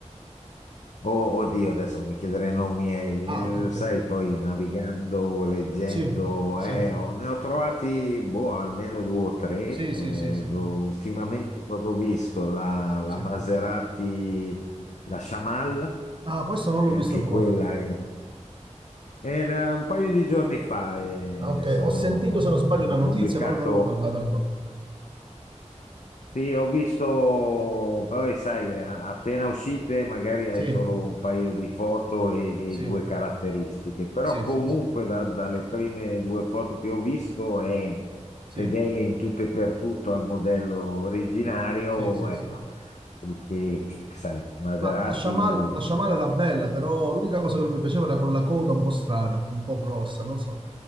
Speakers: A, on the left; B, on the right.
A: Oh, oddio, adesso mi chiederei nomi, miei,
B: Ah, ok, ok.
A: eh, sai, poi navigando, leggendo,
B: Sì, sì,
A: eh, ho- ne ho trovati boh, almeno due o tre.
B: sì,
A: eh,
B: sì, sì, sì,
A: ultimamente cosa ho visto? La, la
B: sì.
A: Maserati, la Shamal,
B: Ah, questo non l'ho
A: che anche
B: visto ancora.
A: quella è. Era un paio di giorni fa e
B: Ah, ok,
A: sono,
B: ho sentito se non sbaglio
A: hanno
B: una notizia,
A: pubblicato,
B: però non l'ho guardata ancora.
A: sì, ho visto, poi sai, a- appena uscite magari hai
B: Sì,
A: solo un paio di foto e,
B: sì,
A: e due caratteristiche, però
B: sì,
A: comunque
B: sì, sì,
A: da- dalle prime due foto che ho visto è
B: sì,
A: fedele in tutto e per tutto al modello originario,
B: sì, sì,
A: ecco,
B: sì.
A: perché sai, Maserati.
B: Ma la Shamal, la Shamal era bella, però l'unica cosa che non mi piaceva era quella coda un po' strana, un po' grossa, non so.